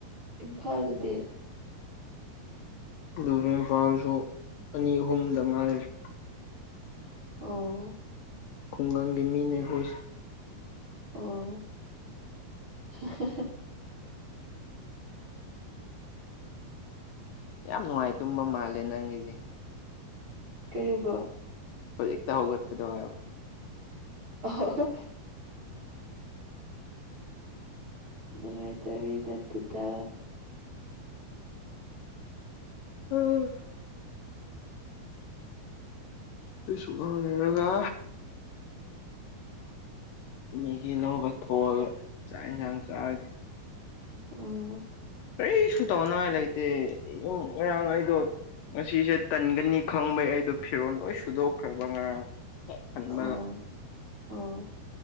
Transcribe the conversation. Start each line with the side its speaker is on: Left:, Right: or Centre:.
Right: ꯏꯝꯐꯥꯜꯗꯗꯤ
Left: ꯑꯗꯨꯒ ꯏꯝꯐꯥꯜꯁꯨ ꯑꯅꯤ ꯑꯍꯨꯝꯗ ꯉꯥꯏꯔꯤ
Right: ꯑꯣ
Left: ꯈꯨꯡꯒꯪꯒꯤ ꯃꯤꯅꯤ ꯑꯩꯈꯣꯏꯁꯤ
Right: ꯑꯣ ꯍꯍ
Left: ꯌꯥꯝ ꯅꯨꯡꯉꯥꯏ ꯇꯨꯝꯕ ꯃꯥꯜꯂꯦ ꯅꯪꯒꯤꯁꯦ
Right: ꯀꯔꯤꯕꯣ
Left: ꯍꯧꯖꯤꯛꯇ ꯍꯧꯒꯠꯄꯗꯣ ꯍꯥꯏꯕ
Right: ꯑꯣ ꯅꯨꯡꯉꯥꯏꯗꯕꯤ ꯅꯠꯇꯦꯗ
Left: ꯎꯝ ꯑꯩꯁꯨ ꯉꯛ ꯂꯩꯔꯒ ꯃꯦꯒꯤ ꯂꯧꯕ ꯊꯣꯛꯑꯒ ꯆꯥꯛ ꯌꯦꯟꯁꯥꯡ ꯆꯥꯒꯦ
Right: ꯑꯣ
Left: ꯀꯩꯁꯨ ꯇꯧꯅꯤꯡꯉꯥꯏ ꯂꯩꯇꯦ ꯌꯨꯝ ꯉꯔꯥꯡ ꯑꯩꯗꯣ ꯉꯁꯤꯁꯦ ꯇꯟꯒꯅꯤ ꯈꯪꯕꯩ ꯑꯩꯗꯣ ꯐꯤꯔꯣꯜ ꯂꯣꯏ ꯁꯨꯗꯣꯛꯈ꯭ꯔꯕ ꯉꯔꯥꯡ ꯈꯟꯕꯒ
Right: ꯑꯣ ꯑꯣ